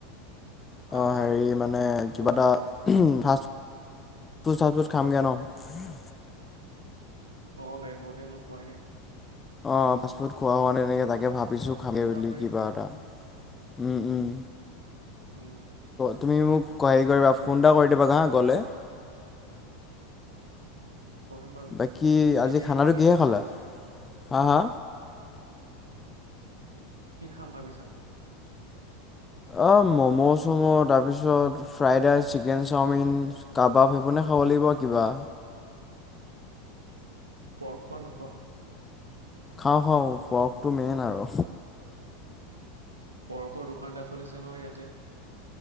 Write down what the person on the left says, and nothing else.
অ'
হেৰি মানে
কিবা
এটা ফা- ফুদ চাচ-ফুদ খামগে ন'?
অ' ফাষ্টফুড খোৱা হোৱা নাই তেনেক। তাকে ভাবিছোঁ
খামে
বুলি
কিবা এটা। উম - উম।
তুমি মোক হেৰি কৰিবা, ফোন এটা কৰি দিবা হা, গ'লে।
বাকী আজি
খানাটো
কিহে
খালা
হা হা
অ ম'ম' চম' তাৰপিছত fried rice chicken chowmein, kebab ভোনে খাব লাগিব কিবা
খাওঁ খাওঁ ফৰটো মেইন আৰু